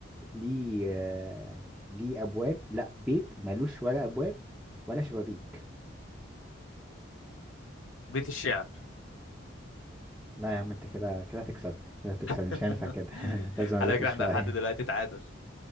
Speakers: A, in the centre; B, on the left (about 80°).
A: ليه آه، ليه ابواب لا بيت مالوش ولا ابواب ولا شبابيك
B: بيت الشعر
A: لا يا عم انت كده كده هتكسبني كده هتكسبني
B: <laughs>
A: مش هينفع كده <laughs> لازم اذاكر
B: على فكره
A: شويه
B: احنا لحد دلوقتي تعادل